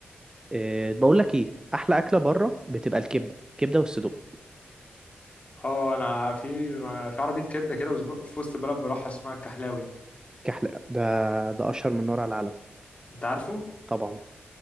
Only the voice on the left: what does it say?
اه أنا في في عربية كبدة كده وسجق في وسط البلد بروحها اسمها الكحلاوي
أنت عارفه؟